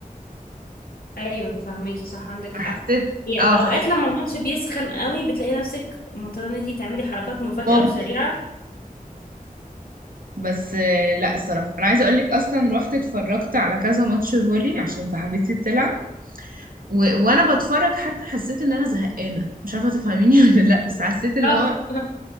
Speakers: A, on the left; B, on the right.
A: ايوه فاهماكي صح عندك
B: فحسيت
A: حق هي
B: اه فحسيت
A: اوقات لما الماتش بيسخن قوي بتلاقي نفسك مضطرة ان انتي تعملي حركات مفاجئة
B: ممكن
A: وسريعة
B: بس آه، لا الصراحه انا عايزه اقول لك اصلا رحت اتفرجت على كذا ماتش فولي عشان صاحبتي بتلعب و... وانا بتفرج حتى حسيت ان انا زهقانه مش عارفه تفهميني <laughs> ولا لا بس حسيت اللي
A: اه
B: هو
A: <laughs>